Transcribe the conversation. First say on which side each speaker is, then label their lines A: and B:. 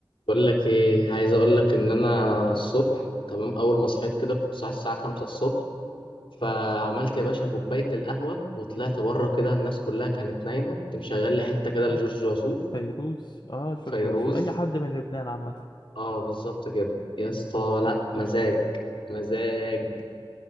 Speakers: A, on the left; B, on the left.
A: بقول لك ايه عايز اقول لك ان انا الصبح تمام اول ما صحيت كده كنت صاحي الساعه 5 الصبح فعملت يا باشا كوبايه القهوه وطلعت بره كده الناس كلها كانت نايمه كنت مشغل لي حته كده لجورج
B: آه،
A: وسوف
B: فيروز اه جورج
A: فيروز
B: وسوف اي حد من لبنان عامه
A: اه بالظبط كده يا اسطى لا مزاج مزاج